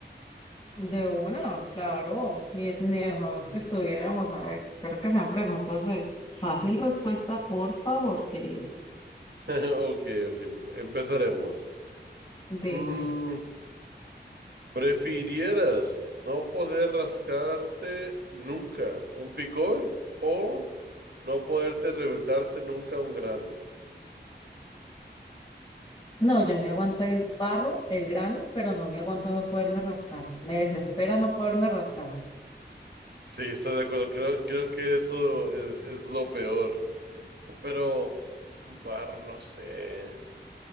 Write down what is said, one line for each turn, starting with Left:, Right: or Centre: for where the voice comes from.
Left: De una, claro. Ni, es- ni enojados que estuviéramos. A ver, espero que sean preguntas de fácil respuesta, por favor, querido.
Right: <laughs> Ok, ok, empezaremos.
Left: Dime.
Right: Mm, ¿prefirieras no poder rascarte nunca un picor o no poderte reventarte nunca un grano?
Left: No, yo me aguanto el barro, el grano, pero no me aguanto no poderme rascar. Me desespera no poderme rascar.
Right: Sí, estoy de acuerdo, creo, creo que eso es es lo peor. Pero un par, no sé.